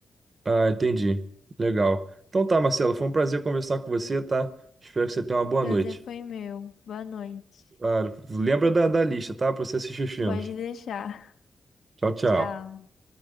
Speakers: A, on the right (about 25°); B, on the left (about 80°).
A: Ah, entendi. Legal. Então tá, Marcelo, foi um prazer conversar com você, tá? Espero que você tenha uma boa
B: Prazer
A: noite.
B: foi meu. Boa noite.
A: Claro. Lembra da, da lista, tá? Pra você assistir os filmes.
B: Pode deixar. <laughs>
A: Tchau, tchau.
B: Tchau.